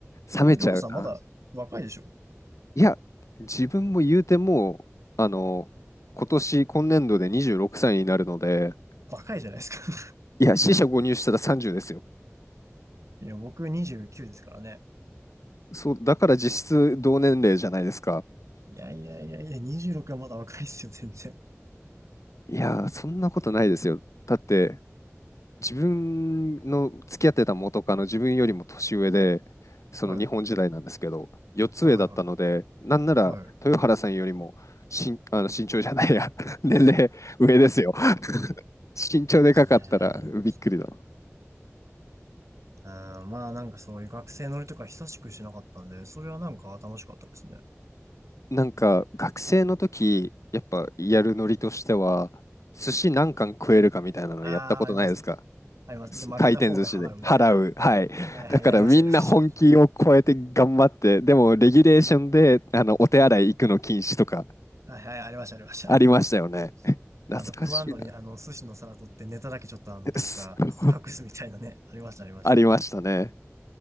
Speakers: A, on the left; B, on the right.
A: 冷めちゃうな。
B: え、でも、りょうさんまだ若いでしょ
A: いや、自分も言うてもう、あの、今年、今年度で26歳になるので、
B: 若いじゃないですか。<laughs>
A: いや、四捨五入したら30ですよ。
B: いや、僕29ですからね。
A: そう、だから実質同年齢じゃないですか。
B: いやいやいやいや、26はまだ若いっすよ、全然。
A: いやー、そんなことないですよ。だって、自分の付き合ってた元カノ、自分よりも年上で、その日本時代なんですけど、
B: はい。はい
A: 4つ上だったので、
B: はいは
A: なんなら豊原さんよりも身、
B: い。は
A: あの身長じゃないや、<laughs> 年齢上ですよ。<laughs> 身長でかかったらびっくりだな。
B: い。<laughs> いやー、あーまあなんかそういう学生乗りとか久しくしなかったんで、それはなんか楽しかったですね。
A: なんか学生の時、やっぱやるノリとしては、寿司何貫食えるかみたいなのやったことないですか
B: ああ、あります。あります。で、負けた方が払うみたいな。
A: 回転寿司で払う。はい。
B: はいはい、
A: だからみんな本気を超えて頑張って、
B: やりました、やりました。
A: でもレギュレーションであのお手洗い行くの禁止とかん
B: はいはい、ありました、ありました。
A: ありましたよね。<laughs>
B: <laughs>
A: 懐かしいな。
B: あの、食わんのに、あの、寿司の皿取ってネタだけちょっとあの、
A: <laughs>
B: どっか隠すみたいなね。ありました、ありました。
A: ありましたね。